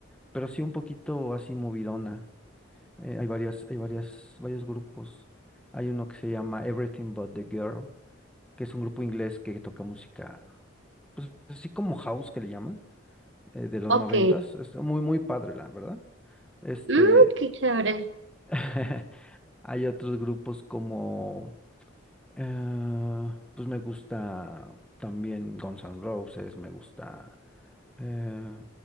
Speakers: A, in the centre; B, on the right (about 70°).
A: pero sí un poquito así movidona. Eh, hay varias, hay varias, varios grupos. Hay uno que se llama Everything But the Girl, que es un grupo inglés que toca música, pues así como house que le llaman, eh, de los
B: ok.
A: noventas. Es muy, muy padre, la verdad. Este,
B: Mm, qué chévere.
A: <laughs> hay otros grupos como, eh, pues me gusta también Guns N' Roses, me gusta. Eh,